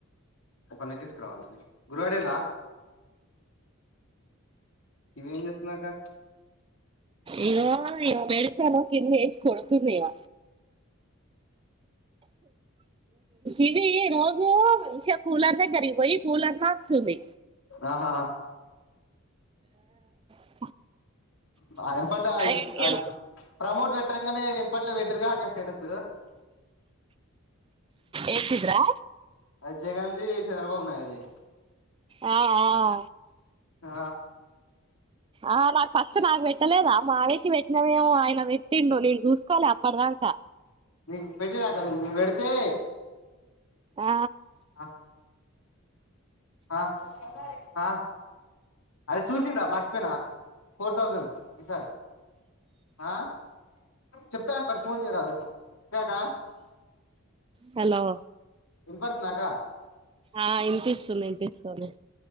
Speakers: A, on the left; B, on the right.
A: ఒకలినీ ఏక్కిచ్చుకురావాలి పోయి గురుగాడు ఏడి రా ఇవెంజేస్తుందక్క
B: ఇగో ఇగో మెడిసాను కింద ఎసి కొడుతుంది ఇగ ఇది రోజు మంచిగా కూలర్ దగ్గరి ఇర్ పోయి కూలర్ నాకుతుంది.
A: ఆహ!
B: ఆ
A: బాదం పట్ల అది స్
B: ఏడికెల్
A: అది ప్రమోట్ పెట్టాంగానే ఇంపట్లో వేట్టిరుగాక్క స్టేటస్
B: ఏంటిది రా?
A: అది జగన్ ది చంద్రబాబు నాయుడుది
B: ఆ ఆ
A: ఆ
B: ఆ నాకు ఫస్ట్ నాకు పెట్టలేదా మాఆయనకి పెట్టినవేమో ఆయన పెట్టిండు నేను చూసుకోలే అప్పటిదా కా
A: నేను పెట్టినాక్క నువు పెడితే
B: ఆ
A: ఆ ఆ ఆ అరే చూసిం రా మర్చిపోయినా ఫోర్ థౌజండ్ ఈసారి ఆ చెప్తా అంటున్నారు ఫోన్ చేయరాదు. క అక్కా
B: హలో,
A: వినపడుతుందా అక్క?
B: ఆ ఇనిపిస్తుంది ఇనిపిస్తుంది